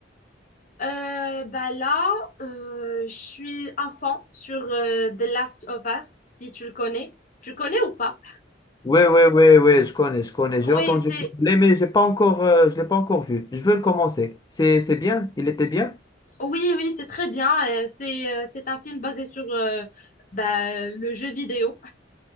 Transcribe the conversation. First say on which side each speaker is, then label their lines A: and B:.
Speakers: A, on the left (about 45°); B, on the left (about 20°).
A: Euh, bah là, euh, je suis à fond sur euh, The Last of Us, si tu le connais. Tu le connais ou pas?
B: Ouais, ouais, ouais, ouais, je connais, je connais, j'ai
A: Oui,
B: entendu
A: c'est
B: parler, mais j'ai pas encore, euh, je l'ai pas encore vu. Je veux le commencer. C'est, c'est bien, il était bien.
A: oui, oui, c'est très bien. Euh, C'est euh, c'est un film basé sur euh, bah, le jeu vidéo.